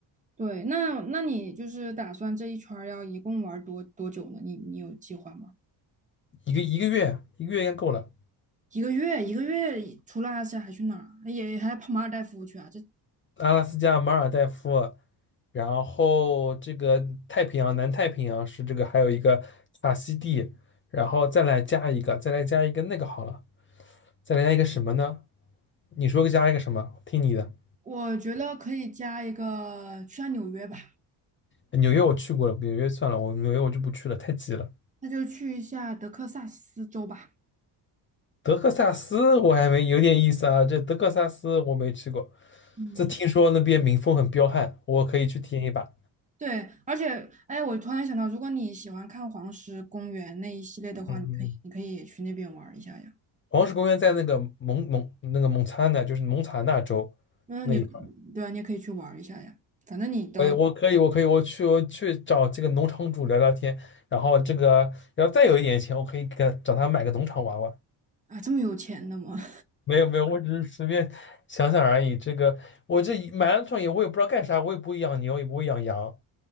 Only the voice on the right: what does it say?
对，那那你就是打算这一圈儿要一共玩儿多多久呢？你你有计划吗？
一个月，一个月里除了阿斯还去哪儿啊也还跑马尔代夫去啊？这
我觉得可以加一个去下纽约吧，
那就去一下德克萨斯州吧。
嗯，
对，而且哎，我突然想到，如果你喜欢看黄石公园那一系列的话，
你可以你可以也去那边玩儿一下呀。
嗯，你对啊，你也可以去玩儿一下呀。反正你都要
啊这么有钱的吗？<laughs>